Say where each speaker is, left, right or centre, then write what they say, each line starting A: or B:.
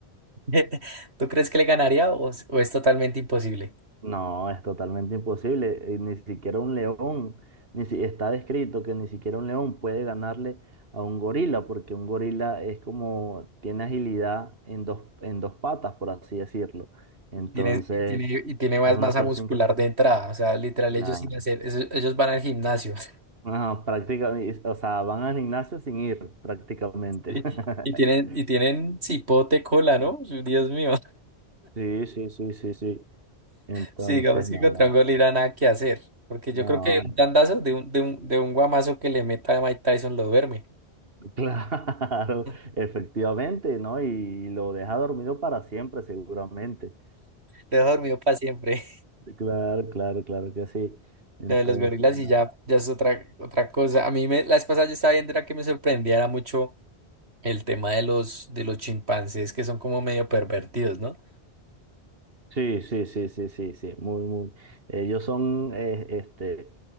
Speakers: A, on the right; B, on the right.
A: <laughs> ¿Tú crees que le ganaría o o es totalmente imposible?
B: No, es totalmente imposible. eh, Ni siquiera un león, ni si, está descrito que ni siquiera un león puede ganarle a un gorila, porque un gorila es como, tiene agilidad en dos, en dos patas, por así decirlo. Entonces,
A: Tiene, y tiene, y tiene más
B: es una
A: masa
B: fuerza
A: muscular
B: increíble.
A: de entrada. O sea, literal,
B: Claro.
A: ellos sin hacer, eso- ellos van al gimnasio. <laughs>
B: Ajá, prácticamente, o sea, van al gimnasio sin ir, prácticamente.
A: Y y
B: <laughs>
A: tienen, y tienen cipote cola, ¿no? Dios mío. <laughs>
B: Sí, sí, sí, sí, sí. Entonces,
A: Sí, digamos que
B: no,
A: contra
B: no,
A: un gorila nada que hacer. Porque
B: no,
A: yo creo que un tandazo de un, de un, de un guamazo que le meta a Mike Tyson lo duerme.
B: Claro,
A: <laughs>
B: <laughs> efectivamente, ¿no? Y lo deja dormido para siempre, seguramente.
A: Lo deja dormido para siempre.
B: Claro, claro, claro que sí.
A: <laughs>
B: Entonces,
A: Lo de los gorilas
B: no.
A: y ya, ya es otra, otra cosa. A mí me, la vez pasada yo estaba viendo era que me sorprendía era mucho el tema de los, de los chimpancés que son como medio pervertidos, ¿no?
B: Sí, sí, sí, sí, sí, sí, muy, muy. Ellos son, eh, este,